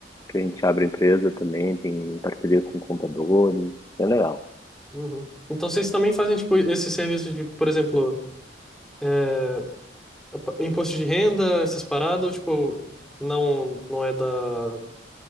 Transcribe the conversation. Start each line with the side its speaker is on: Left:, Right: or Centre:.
Left: que a gente abre empresa também, tem parceria com contadores, é legal.
Centre: Uhum. Então vocês também fazem, tipo, esse serviço de, por exemplo, é, pa- imposto de renda, essas paradas, ou, tipo, não, não é da...